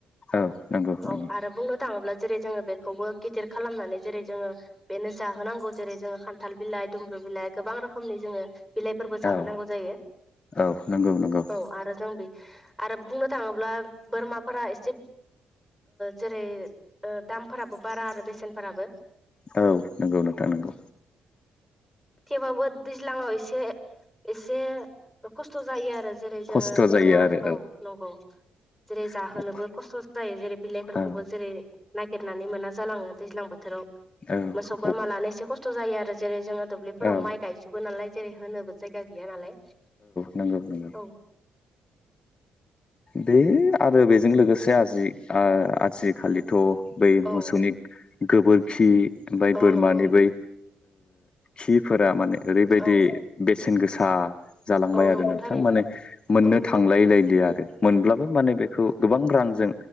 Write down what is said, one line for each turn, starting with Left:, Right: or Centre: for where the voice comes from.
Left: औ नंगौ
Centre: औ
Left: नंगौ
Centre: आरो बुंनो थाङोब्ला जेरै जोङो बेखौबो गिदिर खालामनानै जेरै जोङो बेनो जाहोनांगौ जेरै जोङो खान्थाल बिलाइ दुमब्रु गोबां रोखोमनि जोङो बिलाइफोरबो जाहोनांगौ
Left: औ
Centre: जायो
Left: औ नंगौ नंगौ
Centre: औ आरो जों बे आरो बुंनो थाङोब्ला बोरमाफोरा एसे जेरै दामफोराबो बारा आरो बेसेनफोराबो
Left: औ नंगौ नोंथां नंगौ
Centre: थेवबबो दैज्लाङाव एसे एसे खस्थ' जायो आरो। जेरै जोङो
Left: खस्थ' जायो
Centre: बोरमा
Left: आरो
Centre: औ नंगौ जेरै जाहोनोबो
Left: औ
Centre: खस्थ' जायो जेरै बिलाइफोरखौबो
Left: औ
Centre: जेरै नागिरनानै मोना जालाङो दैज्लां बोथोराव
Left: औ
Centre: मोसौ बोरमालानो एसे खस्थ' जायो आरो जेरै जोङो दुब्लिफोराव
Left: औ
Centre: माइ गायजोबो नालाय जेरै होनो जायगा गैया नालाय
Left: नंगौ नंगौ
Centre: औ
Left: बे आरो बेजों लोगोसे आजि आजिखालिथ' बै
Centre: औ
Left: मोसौनि गोबोरखि ओमफफ्राय
Centre: औ
Left: बोरमानि
Centre: नंगौ
Left: बै खिफोरा माने ओरैबायदि
Centre: औ
Left: बेसेन गोसा जालांबाय
Centre: औ
Left: आरो
Centre: नंगौ
Left: नोंथां
Centre: थारैनो
Left: माने मोननो
Centre: औ
Left: थांलायलाय आरो मोनबो माने बेखौ गोबां रांजों